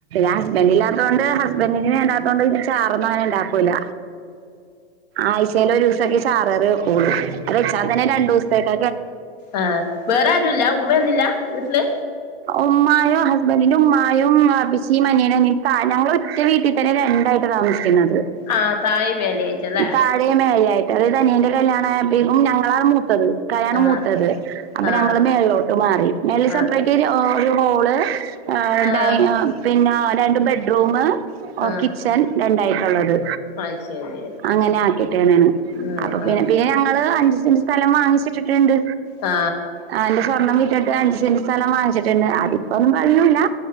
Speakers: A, on the right; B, on the left.
A: ആ് ഹസ്ബഡ ഇല്ലാ ത്തുകൊണ്ട് ഹസ്ബന്ഡറിങ്ങനെ ഉണ്ടാത്തതൊണ്ട് ഇങ്ങനെ ചാറന്നുംങ്ങനെ ഉണ്ടാക്കൂില്ല ആഴ്ചേൽ ഒരു ദിവസൊക്കെ ചാറ് വെക്കുള്ളൂ അത് വെച്ചാൽ തന്നെ രണ്ടു ദിവസത്തേക്ക
B: ആ വേറെ ആരുല്ല ഉമ്മൊന്നില്ല വീട്ടില്
A: ഉമ്മായു ഹസ്ബൻഡന്റെ ഉമ്മയും ബാപ്പച്ചി ഞാനിപ്പ ഞങ്ങൾ റ്റ വീട്ടിതന്നെ രണ്ടായിട്ട താമസി പിന്നത്
B: ആഹ് താഴേം മേലേം ആയിട്ടല്ലേ
A: താഴേ മേഴേ മറ്റത് തനിയന്റെ കല്യാണായപ്പീക്കും ഞങ്ങളാണ് മൂത്തത് ക്കയാണ്
B: ആഹ്
A: മൂത്തത് അപ്പൊ
B: ആഹ്
A: ഞങ്ങള് മേളിലോട്ട് മാറി മേളില് സെപ്പറേറ്റായിട്ട്
B: ആഹ്
A: ഓ ഒരു ഹോള് ഹ്
B: ആഹ്
A: ഡൈൻ ഒ പിന്നെ രണ്ട് ബെഡ്റൂമ് ഓ
B: ആഹ്
A: കിച്ചൻ രണ്ടായിട്ടൊള്ളത്
B: അത് ശരി
A: അങ്ങനെ ആക്കിട്ടേന്നാണ്
B: ആഹ്
A: അപ്പൊ പിന്നെ
B: ആഹ്
A: പിന്നെ ഞങ്ങള് അഞ്ച് സെൻറ് സ്ഥലം വാങ്ങിച്ചിട്ടിട്ടുണ്ട്
B: ആ
A: ആ എന്റെ സ്വർണം വിറ്റിട്ട് അഞ്ച് സെന്റ് സ്ഥലം വാങ്ങിച്ചിട്ടുണ്ട് അതിപ്പൊന്നും കഴിയൂല